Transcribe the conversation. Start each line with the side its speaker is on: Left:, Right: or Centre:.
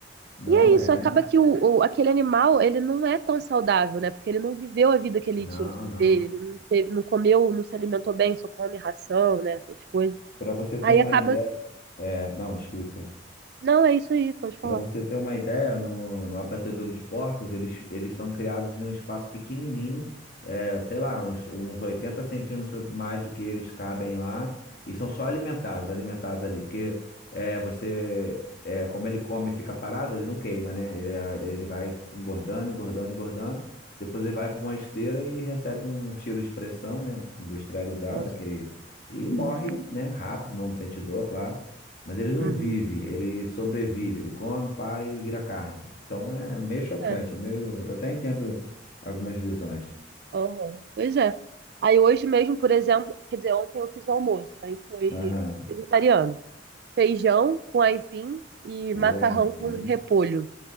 Left: Não
Right: E é
Left: é.
Right: isso, acaba que o, o- aquele animal, ele não é tão saudável, né? Porque ele não viveu a vida que ele
Left: Não,
Right: tinha que viver,
Left: não.
Right: ele não teve, não comeu, não se alimentou bem, só come ração, né? Essas coisas.
Left: Para você ter
Right: Aí
Left: uma
Right: acaba.
Left: ideia. É, não, desculpa.
Right: Não, é isso aí, pode falar.
Left: Para você ter uma ideia, no, no abatedouro de porcos, eles, eles são criados em um espaço pequenininho, é, sei lá, uns, uns 80 centímetros mais do que eles cabem lá, e são só alimentados, alimentados ali, porque é, você, é, como ele come e fica parado, ele não queima, né? Ele, ah, ele vai engordando, engordando, engordando, depois ele vai para uma esteira e recebe um tiro de pressão, né? Industrializado,
Right: Nossa.
Left: daquele, e morre,
Right: Uhum.
Left: né? Rápido, não sente dor, claro. Mas ele não
Right: Uhum.
Left: vive, ele sobrevive, ele come, pai e vira carne. Então é meio chocante,
Right: É.
Left: é meio. Eu até entendo algumas visões.
Right: Uhum. Pois é. Aí hoje mesmo, por exemplo, quer dizer, ontem eu fiz o almoço, aí foi
Left: Aham.
Right: vegetariano. feijão com aipim e
Left: Pô,
Right: macarrão
Left: empim,
Right: com repolho.